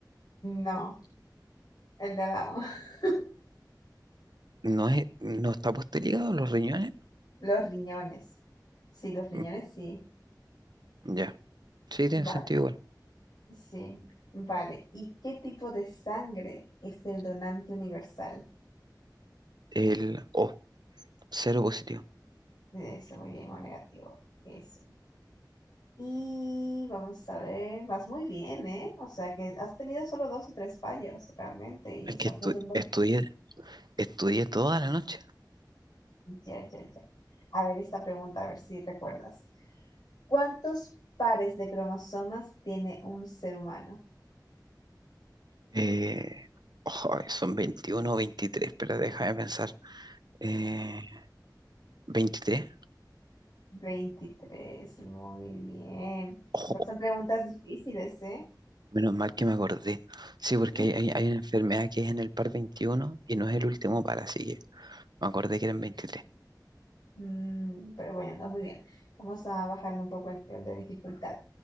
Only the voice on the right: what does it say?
¿No es, no está puesto el hígado, los riñones?
Mm,
Ya. Sí, tiene
sentido igual.
El O, cero positivo.
Es que estu-
estudié, estudié toda la noche.
Eh, ojo, son 21, o 23, pero deja de pensar. Eh, ¿23?
Ojo,
menos mal que me acordé. Sí, porque
hay, hay, hay una enfermedad que es en el par 21 y no es el último par, así que me acordé que eran veintitrés.